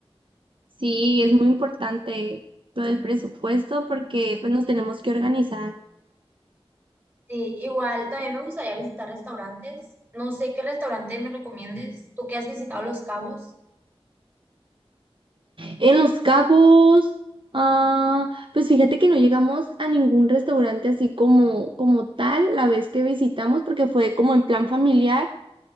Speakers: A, on the right; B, on the right.
A: Sí, es muy importante lo del presupuesto porque pues nos tenemos que organizar.
B: Sí, igual también me gustaría visitar restaurantes. No sé qué restaurante me recomiendes. Tú que has visitado Los Cabos,
A: En Los Cabos, ah, pues fíjate que no llegamos a ningún restaurante así como, como tal la vez que visitamos porque fue como en plan familiar